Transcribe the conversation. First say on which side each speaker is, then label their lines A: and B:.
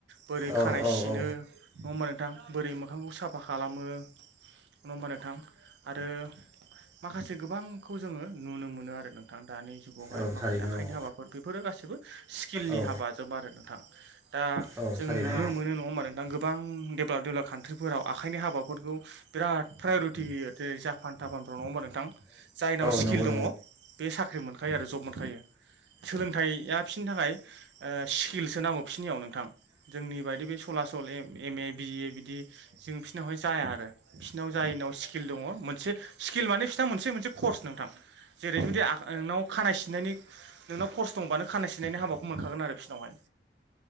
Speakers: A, on the right; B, on the right.
A: बोरै
B: होमबा
A: खानाय सिनो नङा होमबा नोंथां बोरै मोखांखौ साफा खालामो। नङा होमबा नोंथां? आरो माखासे गोबांखौ जोङो नुनो मोनो आरो नोंथां। दानि जुगावहाय
B: औ
A: माखासे
B: थारैनो
A: आखाइनि
B: औ
A: हाबाफोर बेफोरो गासिबो स्किलनि
B: औ
A: हाबाजों आरो नोंथां दा दा
B: औ
A: जोङो
B: थारैनो
A: नुनो
B: औ
A: मोनो नङा होनबा गोबां डेभेलप डेभेलप कान्ट्रिफोराव आखाइनि हाबाफोरखौ बिराद प्रायरिटि होयो जेरै जापान तापानफ्राव नङा होमबा नोंथां? जायनाव स्किल
B: नङा होमबा
A: दङ बे साख्रि मोन खायो आरो जब मोनखायो सोलोंथाइया बिसोरनि थाखाय ओ स्किलसो नांगौ बिसनियाव नोंथां। जोंनि बायदि बे सला सल एम ए बिए बिदि जों फिसिनावहाय जाया आरो। बिसिनाव जायनाव स्किल दङ मोनसे स्किल माने बिसोरना मोनसे मोनसे कर्स नोंथां। जेरै जुदि नोंनाव खानाय सिननायनि नोंनाव खरस दंबानो खानाय सिननायनि हाबाखौ मोनखागोन आरो बिसोरनावहाय।